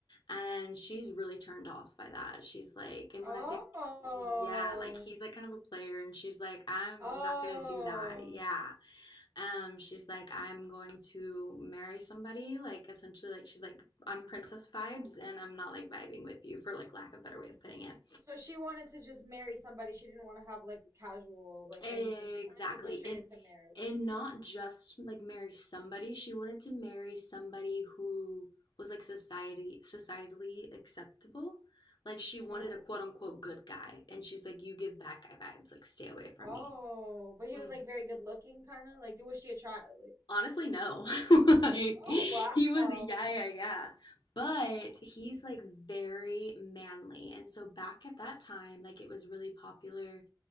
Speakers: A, on the left; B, on the right.
A: and she's really turned off by that. She's like and
B: Oh.
A: when I say yeah, like he's like kind of a player and she's like I'm
B: Oh.
A: not gonna do that. Yeah. Um she's like I'm going to marry somebody like essentially like she's like I'm princess vibes and I'm not like vibing with you for like lack of a better way of putting it.
B: So she wanted to just marry somebody. She didn't want to have like a casual, like
A: Exactly.
B: anything. She wanted to go straight
A: And
B: into marriage.
A: and not just like marry somebody. She wanted to marry somebody who was like society societally acceptable. Like she wanted
B: Mm.
A: a quote unquote good guy. And she's like, you give bad guy vibes, like stay away from
B: Oh,
A: me.
B: but he
A: Mm-hmm.
B: was like very good looking, kind of like was she attract like?
A: Honestly, no. <laughs> Like
B: Oh
A: he
B: wow.
A: was yeah, yeah, yeah. But he's like very manly. And so back at that time, like it was really popular